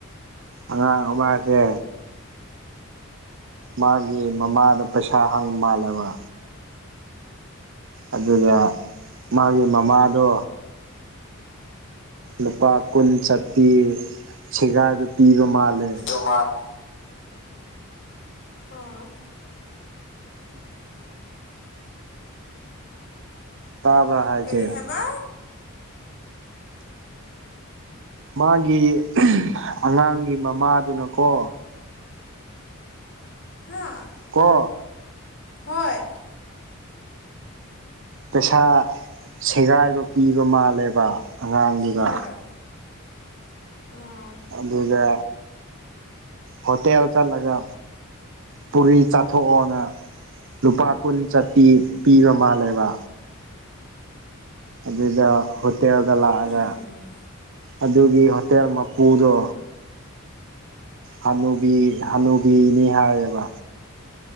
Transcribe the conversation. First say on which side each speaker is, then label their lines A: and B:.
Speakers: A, on the right; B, on the left.
A: ꯑꯉꯥꯡ ꯑꯃꯥꯁꯦ ꯃꯥꯒꯤ ꯃꯃꯥꯗ ꯄꯩꯁꯥ ꯍꯪ ꯃꯥꯜꯂꯦꯕ ꯑꯗꯨꯒ ꯃꯥꯒꯤ
B: ꯍꯣꯏ
A: ꯃꯃꯥꯗꯣ ꯂꯨꯄꯥ ꯀꯨꯟ ꯆꯠꯄꯤ ꯁꯦꯒꯥꯏꯕ ꯄꯤꯕ ꯃꯥꯜꯂꯦ
B: <unintelligible> ꯑꯣ
A: ꯇꯥꯕ꯭ꯔꯥ ꯍꯥꯏꯆꯦ
B: ꯀꯔꯤ ꯍꯥꯏꯕ
A: ꯃꯥꯒꯤ ꯑꯉꯥꯡꯒꯤ ꯃꯃꯥꯗꯨꯅꯀꯣ
B: ꯍꯥꯥ
A: ꯀꯣ
B: ꯍꯣꯏ
A: ꯄꯩꯁꯥ ꯁꯦꯒꯥꯏꯕ ꯄꯤꯕ ꯃꯥꯜꯂꯦꯕ ꯑꯉꯥꯡꯗꯨꯗ
B: ꯍꯣꯏ ꯑꯣ
A: ꯑꯗꯨꯒ ꯍꯣꯇꯦꯜ ꯆꯠꯂꯒ ꯄꯨꯔꯤ ꯆꯥꯊꯣꯛꯑꯣꯅ ꯂꯨꯄꯥ ꯀꯨꯟ ꯆꯠꯄꯤ ꯄꯤꯕ ꯃꯥꯜꯂꯦꯕ ꯑꯗꯨꯗ ꯍꯣꯇꯦꯜꯗ ꯂꯥꯛꯑꯒ
B: ꯎꯝ
A: ꯑꯗꯨꯒꯤ ꯍꯣꯇꯦꯜ ꯃꯄꯨꯗꯣ ꯍꯅꯨꯕꯤ ꯍꯅꯨꯕꯤꯅꯤ ꯍꯥꯏꯌꯦꯕ